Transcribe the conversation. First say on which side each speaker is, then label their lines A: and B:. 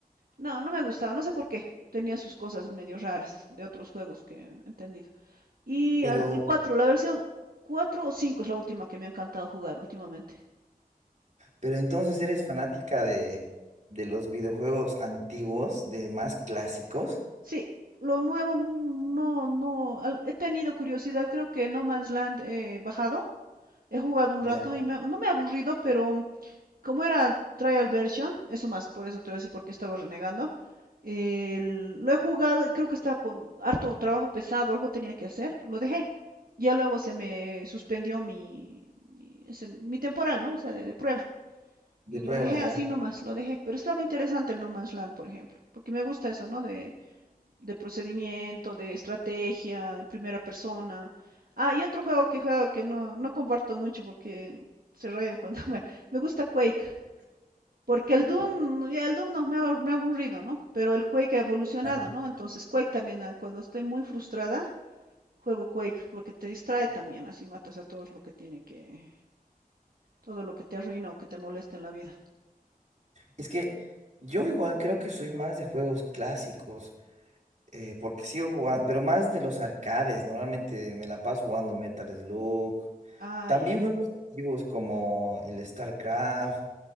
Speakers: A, on the right (about 75°); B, on the right (about 50°).
A: No, no me gustaba, no sé por qué, tenía sus cosas medio raras de otros juegos que he entendido. Y
B: Pero,
A: al- el 4 la versión 4 o 5 es la última que me ha encantado jugar últimamente.
B: pero entonces eres fanática de, de los videojuegos antiguos, de más clásicos,
A: Sí, lo nuevo mm, no, no, al- he tenido curiosidad, creo que No Man's Land he bajado, he jugado un
B: ya.
A: rato y me- no me ha aburrido, pero como era trial version, eso más, por eso te voy a decir por qué estaba renegando, el- lo he jugado y creo que estaba con harto trabajo pesado, algo tenía que hacer, lo dejé. Ya luego se me suspendió mi, mi, ese- mi temporal, ¿no? O sea, de, de prueba.
B: de
A: Y
B: prueba,
A: lo dejé
B: ¿ya?
A: así nomás, lo dejé. Pero estaba interesante el No Man's Land, por ejemplo, porque me gusta eso, ¿no? De de procedimiento, de estrategia, de primera persona. Ah, y otro juego que juego que no, no comparto mucho porque se rayan cuando <laughs> me, me gusta Quake. Porque el Doom, ya el Doom no, me, ha, me ha aburrido, ¿no? Pero el Quake ha evolucionado,
B: ya.
A: ¿no? Entonces Quake también, ah, cuando estoy muy frustrada, juego Quake porque te distrae también, así matas a todos lo que tiene que, todo lo que te arruina o que te molesta en la vida.
B: Es que yo igual creo que soy más de juegos clásicos. eh, porque sigo jugando, pero más de los arcades, normalmente me la paso jugando Metal Slug.
A: Ah,
B: También
A: ya.
B: juegos antiguos como el StarCraft,